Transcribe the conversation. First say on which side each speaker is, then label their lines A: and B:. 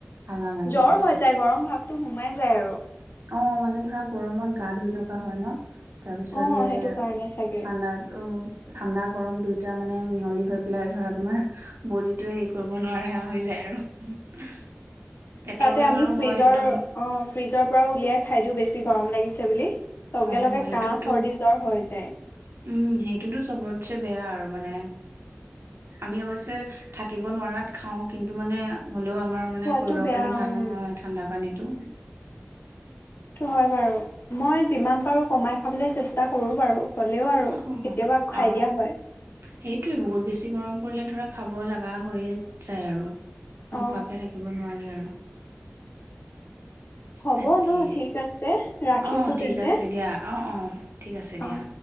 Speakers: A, on the right; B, on the left.
A: ভাল নালাগে
B: জ্বৰ
A: অ',
B: হৈ যায়, গৰম ভাগ সেইটো সোমাই যায় আৰু।
A: অ মানে ধৰা গৰমত গা ধুই থকা হয় ন? তাৰ পিছত
B: অ
A: সে--ঠাণ্ডাত--অ
B: সেইটো কাৰণে চাগে।
A: ঠাণ্ডা গৰম দুই তাৰমানে মিহলি হৈ পেলাই ধৰা তোমাৰ বডিটো হেৰি কৰিব নোৱাৰা হৈ যায় আৰু। পেটৰ
B: তাতে
A: বেমাৰো
B: আমি ফ্ৰিজৰ
A: হয় একদম
B: অ ফ্ৰিজত পৰা উলিয়াই খাই দিও বেছি গৰম লাগিছে বুলি লগে
A: অ
B: লগে
A: সেইটোতো
B: কাহ চৰ্দি জ্বৰ হৈ যায়।
A: উম সেইটোতো চবতছে বেয়া আৰু আৰু মানে আমি অৱশ্যে থাকিব নোৱাৰাত খাওঁ কিন্তু মানে হ'লেও আমাৰ মানে
B: খোৱাটো
A: শৰীৰৰ
B: বেয়া
A: কাৰণে ভাল
B: উম
A: নহয় ঠাণ্ডা পানীত টো
B: সেইটো হয় বাৰু মই যিমান পাৰো কমাই খাবলৈ চেষ্টা এটা কৰো বাৰু হ'লেও আৰু
A: অ
B: কেতিয়াবা খাই
A: অ
B: দিয়া হয়।
A: সেইটোৱে বহুত বেছি গৰম পৰিলে ধৰা খাব লগা হৈয়ে যায় আৰু
B: অ
A: নোখোৱাকে থাকিব নোৱাৰি আৰু
B: হ'ব
A: তাকে।
B: ন ঠিক আছে ৰাখিছো
A: অ ঠিক
B: তেন্তে।
A: আছে দিয়া অহ অহ ঠিক আছে
B: অ
A: দিয়া।